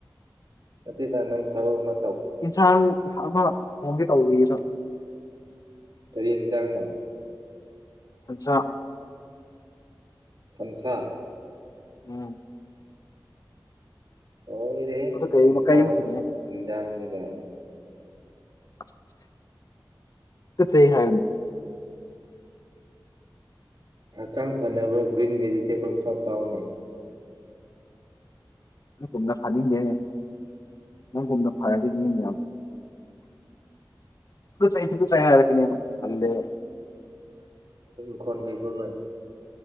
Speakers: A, on the right; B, on the left.
A: ꯃꯗ ꯅꯪ ꯊꯒ ꯃ
B: ꯏꯟꯁꯥꯡ ꯑꯃ ꯊꯣꯡꯒꯦ ꯇꯧꯕ
A: ꯇꯔꯦꯠ ꯏꯟꯁꯥꯡꯅꯣ
B: ꯑꯆꯥꯆꯥ
A: ꯁꯪꯁꯥ
B: ꯑ
A: ꯑꯣꯔꯦꯍꯦ
B: ꯑꯗꯨ ꯀꯩ
A: ꯁꯟꯁꯥꯕꯨ
B: ꯀꯩ ꯑꯃ ꯍꯪꯉꯦ
A: ꯏꯖꯥꯡꯅꯤ ꯀꯥꯏꯅꯤ
B: <unintelligible> ꯆꯂꯦ ꯍꯥꯏꯅꯤ
A: ꯍꯛꯆꯥꯡ ꯐꯅꯕ ꯒ꯭ꯔꯤꯟ ꯚꯦꯖꯤꯇꯦꯕꯜꯁ ꯈꯔ ꯆꯥꯎꯅꯩ
B: ꯅꯪ ꯀꯨꯝꯅ ꯐꯅꯤꯡꯗꯦꯅꯦ ꯅꯪꯒꯨꯝꯅ ꯐꯔꯗꯤꯅꯤꯅꯦ ꯌꯥꯝ ꯊꯨ ꯆꯩ ꯊꯨ ꯆꯩꯩ ꯍꯥꯏꯔꯛꯀꯅꯤ ꯌꯥꯝ ꯈꯜꯂꯦ
A: ꯏꯟꯀꯣꯟ ꯂꯩꯕꯥꯔꯣꯏ ꯅꯣꯏ